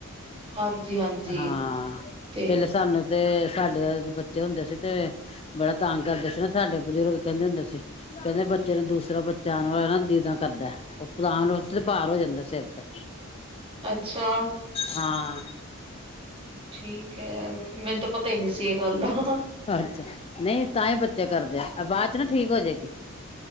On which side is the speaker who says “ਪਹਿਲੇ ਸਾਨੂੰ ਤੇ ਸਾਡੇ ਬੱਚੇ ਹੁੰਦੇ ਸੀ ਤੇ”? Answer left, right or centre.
Left